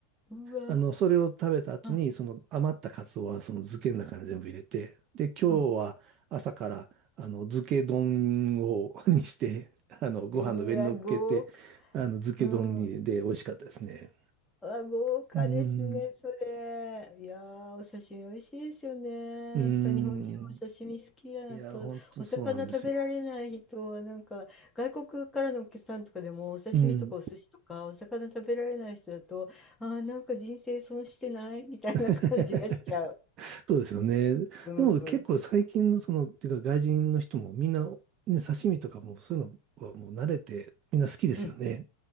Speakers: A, in the centre; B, on the right (about 25°).
A: うわ、
B: あの、それを食べた後に、
A: はい、
B: その余ったカツオはその漬けの中に全部入れて、で、今日は朝から、
A: うん。
B: あの、漬け丼を <laughs> にして、あの、ご飯の上に乗っけて、
A: うわ、豪華。
B: あの、漬け丼に、
A: うん。
B: で、美味しかったですね。
A: あ、豪華ですね、
B: うーん、
A: それ。いやー、お刺身美味しいですよね。
B: うーん。
A: やっぱ日本人はお刺身好きやな。
B: いや、
A: やっぱお魚食べられない人は、
B: 本当にそうなんですよ。
A: なんか外国からのお客さんとかでもお刺身とかお寿司とかお魚食べられない人だと、
B: うん。
A: あー、なんか人生損してないみたいな感じがしちゃう。
B: <laughs> そうですよね。
A: うん。
B: でも結構最近のその、っていうか外人の人もみんな、ね、刺身とかもそういうのはもう慣れて、みんな好きですよね。
A: うん